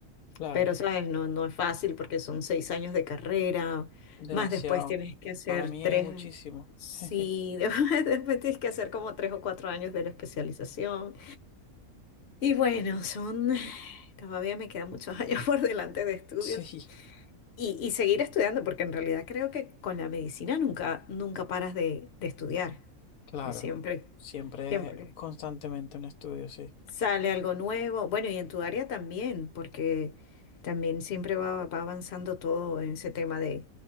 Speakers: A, on the left (about 75°); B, on the left (about 55°).
A: Claro,
B: Pero, ¿sabes? No, no es fácil porque son seis años de carrera,
A: demasiado.
B: más después tienes que hacer
A: Para mí
B: tres,
A: es muchísimo.
B: sí,
A: <laughs>
B: <laughs> después, después tienes que hacer como tres o cuatro años de la especialización. Y bueno, son, <sighs> todavía me quedan muchos <laughs> años por delante de estudios.
A: Sí,
B: Y, y seguir estudiando, porque en realidad creo que con la medicina nunca, nunca paras de, de estudiar.
A: claro.
B: Pues siempre,
A: Siempre
B: siempre.
A: es constantemente un estudio, sí.
B: Sale algo nuevo. Bueno, y en tu área también, porque también siempre va, va avanzando todo en ese tema de,